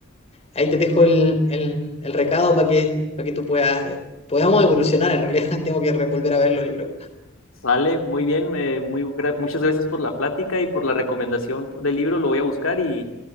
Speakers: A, on the left; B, on the left.
A: ahí te dejo el, el- el recado para que, para que tú puedas, podamos evolucionar. En realidad, <laughs> tengo que re- volver a verlo, yo creo.
B: Sale, muy bien, me- muy, gra- muchas gracias por la plática y por la recomendación del libro. Lo voy a buscar y